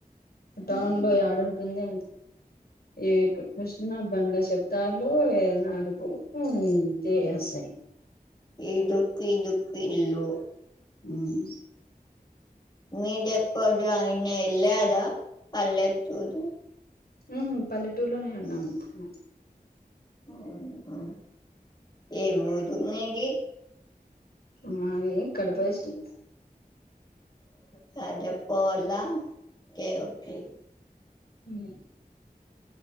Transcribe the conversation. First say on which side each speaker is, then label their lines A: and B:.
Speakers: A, on the left (about 25°); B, on the left (about 80°).
A: ఉమ్,
B: టౌన్లో యాడుంటుంది ఎక్కడ చుసిన బండ్ల శబ్దాలు అరుపులు ఇంతే వస్తాయి
A: ఇదుక్ ఇదుక్ ఇల్లు
B: అవును
A: మీదెప్పుడు ఐన ఎళ్ళెదా పల్లెటుదు
B: అ పల్లెటూర్లోనే ఉన్నాము అ
A: అవునా ఏమవుతుందేంటి
B: మావే కడుపుష్టి
A: కడుపుల ఓకే ఓకే
B: ఉమ్మ్